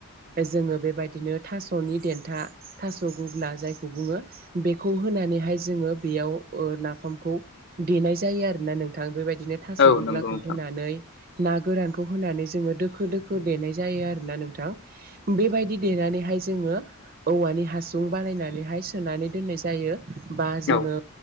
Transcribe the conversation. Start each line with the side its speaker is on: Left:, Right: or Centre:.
Right: जोङो बेबायदिनो था नि देन्था थास' गुग्ला जायखौ बुङो बेखौ होनानैहाय जोङो बेयाव नाफामखौ देनाय जायो आरोोना नोंथ बेबाय दिनो थास'
Left: औ
Right: गग्लाखौ
Left: नंगौ नोंथां
Right: होनानै ना गोरानखौ होनानै जोङो दोखो दोखो देनाय जायो आरोना नोंथां बेबायदि देनानैहाय जों जोङो औवानि हासुं बानायनानै हाय सोनानै दोननाय जायो बा जोङो
Left: औ